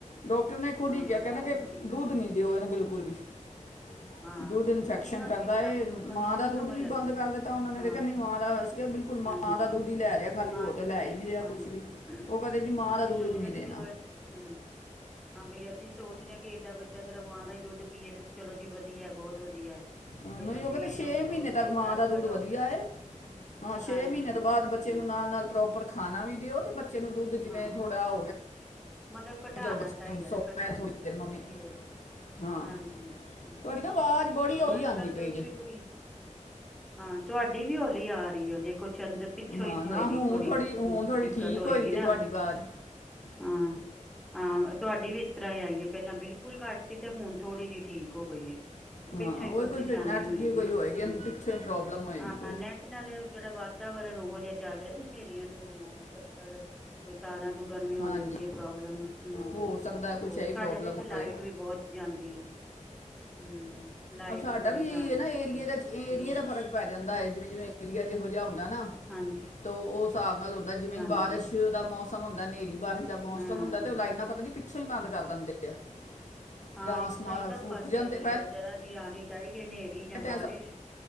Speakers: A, on the left (about 65°); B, in the centre.
A: ਡਾਕਟਰ ਨੇ ਖੁਦ
B: ਹਾਂ
A: ਹੀ ਕਿਹਾ ਕਹਿੰਦਾ
B: ਚਲੋ
A: ਕਿ
B: ਠੀਕ
A: ਦੁੱਧ
B: ਹੈ
A: ਨੀ ਦਿਓ ਇਹਨੂੰ ਬਿਲਕੁਲ ਵੀ <inaudible>
B: ਹਾਂ
A: ਦੁੱਧ ਇਨਫੈਕਸ਼ਨ
B: ਉਹੀ ਨਾ
A: ਕਰਦਾ
B: ਅਸੀਂ ਸਾਨੂੰ
A: ਇਹ
B: ਲੋਕਾਂ
A: ਮਾਂ
B: ਨੂੰ ਨੀ ਨਾ
A: ਦਾ
B: ਸਮਝ
A: ਦੁੱਧ ਵੀ
B: ਲੱਗਦੀ
A: ਬੰਦ ਕਰ ਦਿੱਤਾ ਉਹਨਾਂ ਨੇ
B: ਹਾਂ
A: ਨੀ ਮਾਂ ਦਾ ਹੋ ਸੀ ਬਿਲਕੁਲ
B: ਹਾਂਜੀ
A: ਮਾਂ ਦਾ ਦੁੱਧ ਹੀ ਲੈ ਰਿਹਾ ਖਾਲੀ
B: ਹਾਂ
A: ਹੋਰ
B: ਤੇ
A: ਲੈ ਹੀ ਨੀ ਰਿਹਾ
B: ਹਾਂਜੀ
A: ਕੁਛ ਵੀ ਉਹ ਕਦੇ ਜੀ ਮਾਂ
B: ਅਸੀਂ
A: ਦਾ ਦੁੱਧ
B: ਸਗੋਂ
A: ਵੀ
B: ਕਹਿੰਦੇ
A: ਨੀ ਦੇ
B: ਚਲੋ ਏਦ ਹਮ <inaudible> ਹਾਂ ਬਈ ਅਸੀਂ ਸੋਚਦੇ ਆ ਕਿ ਏਡਾ ਬੱਚਾ ਸਿਰਫ ਮਾਂ ਦਾ ਈ ਦੁੱਧ ਪੀਏ ਤੇ ਚਲੋ ਜੀ ਵਧੀਆ ਵਧੀਆ ਬਹੁਤ ਵਧੀਆ।
A: ਨਹੀਂ
B: ਬਈ ਅਸੀਂ
A: ਉਹ ਕਹਿੰਦੇ ਛੇ
B: ਇਹ ਲੋਕ
A: ਮਹੀਨੇ
B: ਸੋਚਦੇ
A: ਤੱਕ
B: ਹਾਂ
A: ਮਾਂ
B: ਪਰ ਅੱਜ
A: ਦਾ ਦੁੱਧ
B: ਕੱਲ੍ਹ ਡਾਕ
A: ਵਧੀਆ ਏ। ਹਾਂ ਛੇ
B: ਹਾਂਜੀ
A: ਮਹੀਨੇ ਤੋਂ ਬਾਅਦ ਬੱਚੇ
B: ਹਾਂ
A: ਨੂੰ ਨਾ ਨਾਲ ਪ੍ਰੋਪਰ ਖਾਣਾ ਵੀ ਦਿਓ ਤੇ ਬੱਚੇ ਨੂੰ ਦੁੱਧ ਜਿਵੇਂ
B: ਹਾਂ
A: ਥੋੜ੍ਹਾ ਹੋ ਗਿਆ
B: ਮਤਲਬ ਘਟਾਣਾ
A: ਚਲੋ ਬੱਚੇ
B: ਚਾਹੀਦਾ,
A: ਨੇ ਹੁਣ ਸੋਣਾ
B: ਨਾ ਘਟਾਣਾ
A: ਹੈ ਥੋੜੀ
B: ਚਾਹੀਦਾ
A: ਦੇਰ ਮੰਮੀ
B: ਇਹ ਐ
A: ਹਾਂ
B: ਹਾਂਜੀ ਹਮ
A: ਤੁਹਾਡੀ ਨਾ ਆਵਾਜ਼ ਬੜੀ
B: ਹਾਂ
A: ਹੌਲੀ
B: ਅੱਜ
A: ਆਂਦੀ
B: ਕੱਲ੍ਹ ਤੇ
A: ਪਈ
B: ਉਝ
A: ਜੇ
B: ਵੀ ਕੁੜੀ ਹਾਂ ਤੁਹਾਡੀ ਵੀ ਹੋਲੀ ਆ ਰਹੀ ਐ ਜੇ ਕੋਈ ਚੰਦ ਪਿੱਛੋਂ
A: ਹਾਂ
B: ਹੀ
A: ਨਾ
B: ਹੋਏਗੀ
A: ਹੁਣ
B: ਥੋੜ੍ਹੀ
A: ਥੋੜੀ ਹੁਣ ਥੋੜੀ
B: ਦਿੱਕਤ
A: ਠੀਕ
B: ਹੋਏਗੀ
A: ਹੋਈ ਜੇ
B: ਨਾ
A: ਤੁਹਾਡੀ ਆਵਾਜ਼
B: ਹਾਂ ਹਾਂ ਤੁਹਾਡੀ ਵੀ ਇਸ ਤਰ੍ਹਾਂ ਆਈਏ ਪਹਿਲਾਂ ਬਿਲਕੁਲ ਘੱਟ ਸੀ ਤੇ ਹੁਣ ਥੋੜੀ ਜਿਹੀ ਠੀਕ ਹੋ ਗਈ ਏ।
A: ਹਾਂ
B: ਪਿੱਛੋਂ ਈ
A: ਉਹ
B: ਕੋਈ ਪਰੇਸ਼ਾਨੀ
A: ਫਿਰ ਨੈਟ
B: ਹੋਏਗੀ
A: ਦੀ ਕੋਈ
B: ਨਾ ਹਮ
A: ਇਹਨੂੰ ਪਿੱਛੋਂ ਹੀ ਪ੍ਰੋਬਲਮ
B: <inaudible>
A: ਹੋਏਗੀ ਕੋਈ
B: ਹਾਂ ਨੈਟ ਅੱਜ ਨਾਲੇ ਜਿਹੜਾ ਵਾਤਾਵਰਨ ਉਹੋ ਚੱਲ ਰਹਿਆ ਹਨੇਰੀਆਂ ਨੂਰੀਆਂ ਚੱਖੜ ਕੋਈ ਤਾਰਾਂ ਤੂਰਾਂ ਨੂੰ ਵੀ ਹੋ
A: ਹਾਂਜੀ
B: ਜਾਂਦੀ ਐ ਪ੍ਰੋਬਲਮ ਹਮ
A: ਹੋ ਸਕਦਾ ਹੈ ਕੁਛ
B: ਹੋਰ
A: ਐਹੀ
B: ਸਾਡੇ
A: ਪ੍ਰੋਬਲਮ
B: ਤੇ ਇੱਥੇ ਲਾਈਟ
A: ਹੋਏ
B: ਵੀ ਬਹੁਤ ਜਾਂਦੀ ਐ ਹਮ ਲਾਈਟ
A: ਅ ਸਾਡਾ
B: ਬੜੀ
A: ਵੀ
B: ਜਾਣ
A: ਐ
B: ਲੱਗ
A: ਨਾ ਏਰੀਏ
B: ਪਈ ਹੈ
A: ਦਾ 'ਚ ਏਰੀਏ
B: ਦੋ ਦੋ
A: ਦਾ ਫਰਕ ਪੈ ਜਾਂਦਾ ਐ ਜਿਵੇਂ -ਜਿਵੇਂ ਏਰੀਆ ਜਿਹੋ-ਜਿਹਾ ਹੁੰਦਾ ਨਾ
B: ਹਾਂਜੀ
A: ਤੋ ਉਹ ਹਿਸਾਬ ਨਾਲ ਹੁੰਦਾ ਜਿਵੇਂ
B: ਹਾਂਜੀ
A: ਬਾਰਿਸ਼ ਦਾ ਮੌਸਮ ਹੁੰਦਾ ਹਨੇਰੀ ਬਾਰਿਸ਼ ਦਾ ਮੌਸਮ
B: ਹਾਂ
A: ਹੁੰਦਾ ਤੇ ਉਹ ਲਾਈਨਾ ਪਤਾ ਨੀ ਪਿੱਛੋਂ ਹੀ ਬੰਦ ਕਰ ਦਿੰਦੇ ਆ
B: ਹਾਂ
A: ਟਰਾਂਸਮਾਰ
B: ਇਸ ਤਰ੍ਹਾਂ ਹੀ ਸਭ
A: ਫੁੱਕ
B: ਪਾਸੇ
A: ਜਾਂਦੇ
B: ਇਹੀ ਐ ਬਸ ਜਰਾ ਜੀ ਆਉਣੀ ਚਾਹੀਦੀ ਐ ਹਨੇਰੀ ਜਾਂ
A: <unintelligible>
B: ਬਾਰਿਸ਼